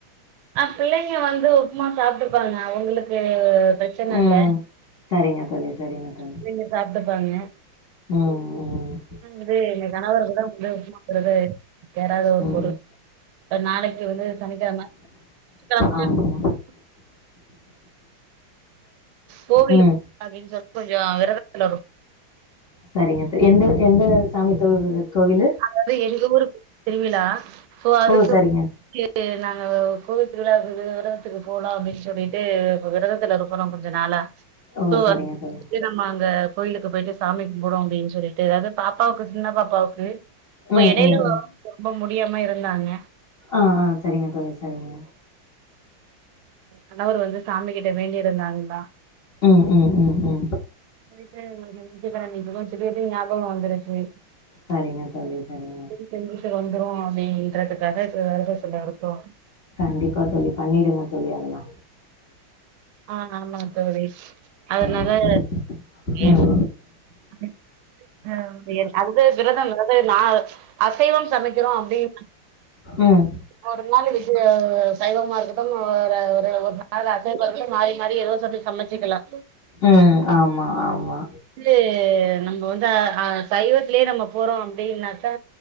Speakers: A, on the right; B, on the left.
A: ஆ பிள்ளிங்க வந்து உப்புமா சாப்பிட்டுப்பாங்க அவுங்களுக்கு பிரச்சன
B: ம்.
A: இல்ல
B: சரிங்க தோழி, சரிங்க தோழி.
A: அவிங்க சாப்பிட்டுப்பாங்க
B: ம் ம்,
A: வந்து எங்க கணவர்கள் தா வந்து உப்மாங்கறது சேராத ஒரு
B: ம்.
A: பொருள் நாளிக்கி வந்து சனிக்கிழம <unintelligible>
B: ஆமா.
A: கோவிலுக்கு போலா
B: ம்.
A: அப்டின்னு சொல்லிட்டு கொஞ்சோ விரதத்தில இருக்
B: சரிங்க என்ட எந்த சாமி கோவிலு
A: அது எங்க ஊரு திருவிழா சோ அதுக்கு
B: ஓ! சரிங்க.
A: எங் நாங்க கோவி திருவிழாவுக்கு விரதத்துக்கு போலா அப்டின்னு சொல்லிட்டு விரதத்துல இருக நா கொஞ்ச நாளா
B: ஓ!
A: <unintelligible>
B: சரிங்க தோழி.
A: ஆமாங்க கோயிலுக்கு போயிட்டு சாமி கும்புறோ அப்டின்னு சொல்லிட்டு அதாவது பாப்பாவுக்கு சின்ன பாப்பாவுக்கு இப்ப
B: ம்,
A: எடையில
B: ம், ம்.
A: ரொம்ப முடியாம இருந்தாங்க
B: அ அ சரிங்க தோழி சரிங்க
A: கணவர் வந்து சாமி கிட்ட வேண்டியிருந்தாங்ளா
B: ம் ம் ம் ம்
A: போயிட்டு <unintelligible> திடீர்னு ஞாபகோ வந்துருச்சி
B: சரிங்க தோழி சரிங்க
A: செஞ்சுட்டு வந்துரோ அப்டின்றதுக்காக இப்ப வெரதத்துல இருக்கோ
B: கண்டிப்பா தோழி பண்ணிடுங்க தோழி அதெல்லா
A: அ ஆமா தோழி அதனால
B: சரிங்க தோழி. ம்.
A: எ <inaudible> அது விரதம் விரதது நா அசைவம் சமைக்கிறோ அப்டின்னா
B: ம்.
A: ஒரு நாள் விஜய சைவமா இருக்கட்டும் ஒரு ஒரு ஒரு நாள் அசைவம் இருக்கட்டு மாரி மாரி ஏதோ சத்த சமச்சிக்கலா
B: ம் ஆமா ஆமா
A: வந்து நம்ம வந்து அ அ சைவத்லயே நம்ம போறோ அப்டின்னாக்கா